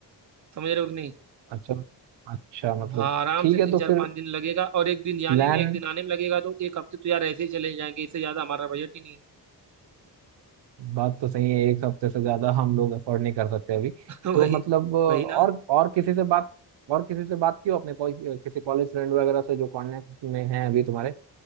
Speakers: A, on the right (about 45°); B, on the right (about 85°).
A: समझ रहे हो कि नहीं
B: अच्छा अच्छा मतलब
A: हाँ आराम
B: ठीक
A: से तीन
B: है तो
A: चार
B: फिर
A: पाँच दिन लगेगा और एक दिन जाने
B: प्लान
A: में एक दिन आने में लगेगा तो एक हफ्ते तो यार ऐसे ही चले जाएंगे इससे ज्यादा हमारा बजट ही नहीं
B: बात तो सही है एक हफ्ते से ज्यादा हम लोग अफोर्ड नहीं कर सकते अभी
A: है <laughs>
B: तो
A: वही
B: मतलब अ, और
A: वही ना
B: और किसी से बात और किसी से बात की हो अपने कोई किसी कॉलेज फ्रेंड वगैरह से जो कांटेक्ट में हैं अभी तुम्हारे